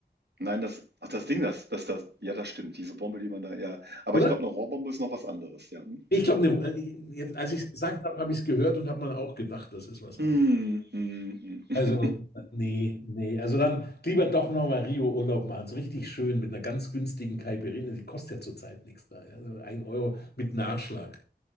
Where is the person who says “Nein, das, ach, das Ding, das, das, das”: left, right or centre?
Right